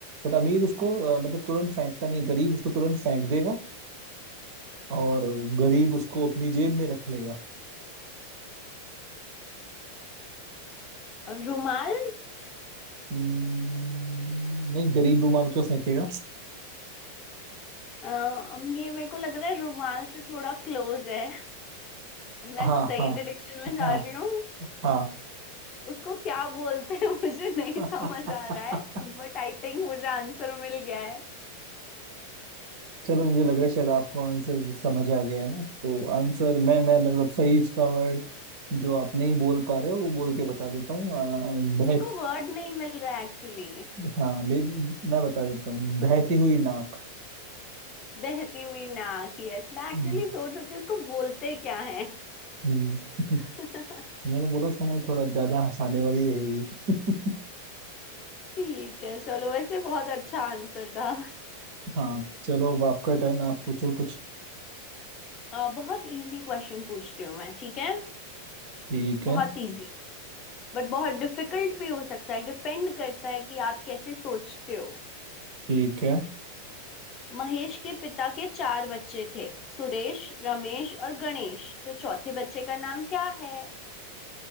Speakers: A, on the right; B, on the left.
A: बट अमीर उसको अ, मतलब तुरंत फेंकता नहीं है। गरीब उसको तुरंत फेंक देगा और गरीब उसको अपनी जेब में रख लेगा
B: और रुमाल
A: हम्म, नहीं गरीब रूमाल क्यों फेंकेगा
B: अ, अब ये मेरे को लग रहा है रुमाल से थोड़ा क्लोज है मैं
A: हाँ
B: सही
A: हाँ
B: डायरेक्शन में जा
A: हाँ
B: रही हूँ
A: हाँ
B: उसको क्या बोलते हैं <laughs> मुझे नहीं
A: <laughs>
B: समझ आ रहा है बट आई थिंक मुझे आंसर मिल गया है
A: चलो मुझे लग रहा है शायद आपको आंसर समझ आ गया है ना तो आंसर मैं मैं मतलब सही इसका वर्ड जो आप नहीं बोल पा रहे हो वो बोल के बता देता हूँ अ,
B: मेरे
A: बहत
B: को वर्ड नहीं मिल रहा है एक्चुअली
A: हाँ मैं मैं बता देता हूँ बहती हुई नाक
B: बहती हुई नाक यस मैं एक्चुअली
A: हम्म,
B: सोच रही थी उसको बोलते क्या है
A: हम्म। <laughs>
B: <laughs>
A: मैंने बोला था ना ये थोड़ा ज्यादा हंसाने वाली रहेगी <laughs>
B: ठीक है चलो वैसे बहुत अच्छा आंसर था
A: हाँ चलो अब आपका टर्न आप पूछो कुछ
B: अ, बहुत इजी क्वेश्चन पूछती हूँ मैं ठीक है
A: ठीक
B: बहुत
A: है
B: इजी बट बहुत डिफिकल्ट भी हो सकता है डिपेंड करता है कि आप कैसे सोचते हो
A: ठीक है
B: महेश के पिता के चार बच्चे थे सुरेश रमेश और गणेश तो चौथे बच्चे का नाम क्या है